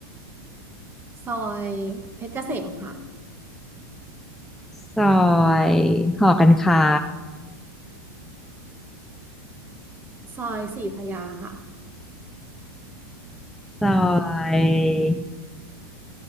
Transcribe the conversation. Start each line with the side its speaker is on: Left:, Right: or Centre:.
Right: ซอยเพชรเกษมค่ะ
Centre: ซอยหอการค้า
Right: ซอยศรีพระยาค่ะ
Centre: ซอย